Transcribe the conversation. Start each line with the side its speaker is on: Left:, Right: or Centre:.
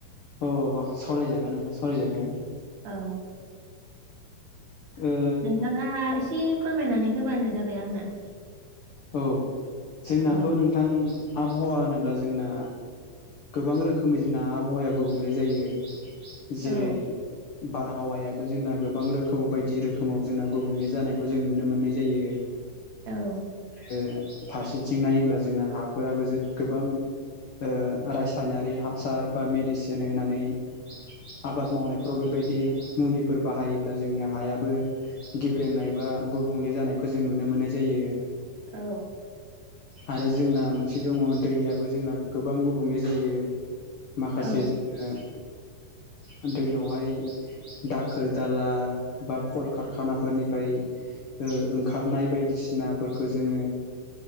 Left: अ सावरायजागोन नोंथां सावरायजागोन।
Right: औ।
Left: ओ
Right: नोंथाङा एसे फोरमायनानै होबानो जाबाय आंनो।
Left: औ जोंनाथ'
Right: औ
Left: नोंथां आबहावा होनोब्ला जोंना गोबां रोखोमै जोंना आबहावाया गुबुंले जायो। जेरै
Right: औ
Left: बारहावायाबो जोंना गोबां रोखोमाव बायदि रोखोमाव जोंना गुबुंले जानायखौ जों नुनो मोननाय जायो।
Right: औ।
Left: ओ फारसेथिं नायोब्ला जोंना हाफोराबो जो गोबां ओ रासायनारि हासार बा मेडिसिन होनानै आबाद मावनायफ्राव बेबायद बायदि मुलिफोर बाहखयोब्ला जोंनि हायाबो गेब्रेंनाय बा गुबुंले जानायखौ जों नुनो नुनो मोननाय जायो।
Right: औ।
Left: आरो जोंना मोनसे दङ दैयाबो जोंना गोबां गुबुंले जायो। माखासे
Right: औ
Left: ज ओ‌ ओ दैयावहाय दाखोर दाला बा कलकारखानाफोरनिफ्राय ओ ओंखारनाय बायदिसिनाफोरखौ जोङो